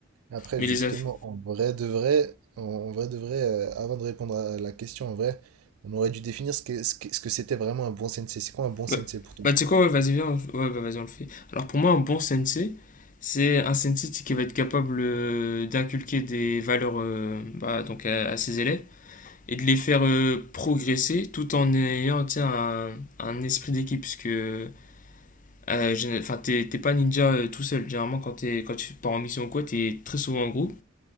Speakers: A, on the right; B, on the left.
A: Après,
B: Mais
A: justement,
B: les aff...
A: en vrai de vrai, en en vrai de vrai, euh, avant de répondre à la question, en vrai, on aurait dû définir ce que, ce que- ce que c'était vraiment un bon sensei. C'est quoi un bon
B: Bah,
A: sensei pour toi?
B: bah, tu sais quoi, ouais, vas-y, viens, on- ouais, bah, vas-y, on le fait. Alors pour moi, un bon sensei, c'est un sensei qui va être capable euh, d'inculquer des valeurs euh, bah, donc à, à ses élèves et de les faire euh, progresser tout en ayant un, un esprit d'équipe. Parce que euh, enfin, t'es t'es pas ninja euh, tout seul. Généralement, quand, t'es- quand tu pars en mission ou quoi, t'es très souvent en groupe.